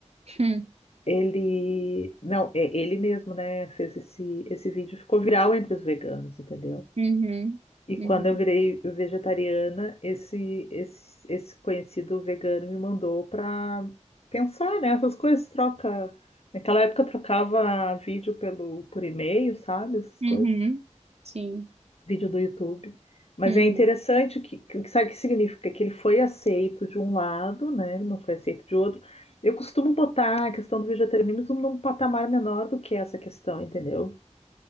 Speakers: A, on the right; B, on the left.
A: hum,
B: Ele, não, é ele mesmo, né, fez esse esse vídeo, ficou viral entre os veganos, entendeu?
A: Uhum.
B: E quando
A: Uhum.
B: eu virei vegetariana, esse, esse, esse conhecido vegano me mandou para pensar, né? Essas coisas troca. Naquela época eu trocava vídeo pelo, por e-mail, sabe? Essas
A: Uhum.
B: coisas.
A: Sim.
B: Vídeo do YouTube. Mas
A: Uhum.
B: é interessante que, que sabe o que significa? Que ele foi aceito de um lado, né? Não foi aceito de outro. Eu costumo botar a questão do vegetarianismo num patamar menor do que essa questão, entendeu?